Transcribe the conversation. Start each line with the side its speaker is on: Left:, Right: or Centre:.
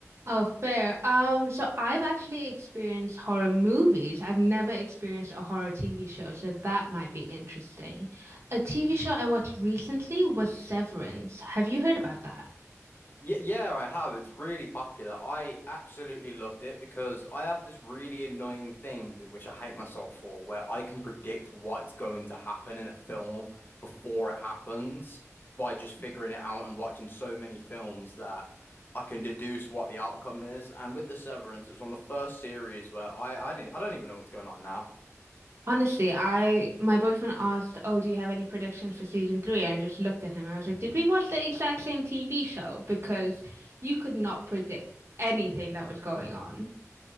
Right: Oh, fair. Um, so I've actually experienced horror movies. I've never experienced a horror TV show, so that might be interesting. A TV show I watched recently was Severance. Have you heard about that?
Left: Yeah, yeah, I have. It's really popular. I absolutely loved it because I have this really annoying thing, which I hate myself for, where I can predict what's going to happen in a film before it happens by just figuring it out and watching so many films that I can deduce what the outcome is. And with The Severance, it was one of the first series where I, I didn't, I don't even know what's going on now.
Right: Honestly, I my boyfriend asked, "Oh, do you have any predictions for season three?" And I just looked at him and I was like, "Did we watch the exact same TV show?" Because you could not predict anything that was going on.